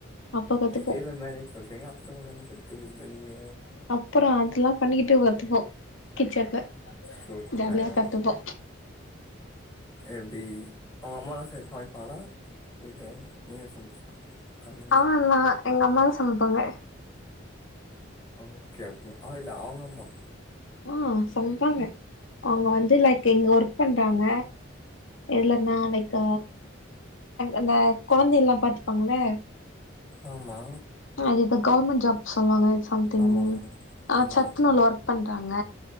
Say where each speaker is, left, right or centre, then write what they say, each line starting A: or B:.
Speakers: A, on the left; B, on the left.
A: அப்ப கத்துப்போ
B: நெக்ஸ்ட் இயர்ல மேரேஜ்சு சொல்றீங்க அப்றோ என்ன கத்துக்கிறது நீங்க
A: அப்றோ அதெல்லா பண்ணிக்கிட்டு கத்துப்போ கிச்சன்ல
B: சூப்பர்
A: ஜாலியா கத்துப்போ
B: எப்டி அவங்க அம்மாலா சமைப்பாங்களா இல்ல நீதா சமச் கண்ணு
A: ஆ நா எங்க அம்மாதா சமைப்பாங்க
B: ஓகே ஓகே இல்ல அவங்க அம்மா
A: ஆ சமைப்பாங்க அவங்க வந்து லைக் எங்க ஒர்க் பண்றாங்க எதுலன்னா லைக் அந்த கொழந்தை எல்லா பாத்துப்பாங்கள
B: ஆமா
A: அது இந்த கவுவர்மெண்ட் ஜாப் சொல்லுவாங்க சம்திங்
B: ஆமா ஆமா
A: ஆ
B: ஆமா
A: சத்துனவுல ஒர்க் பண்றாங்க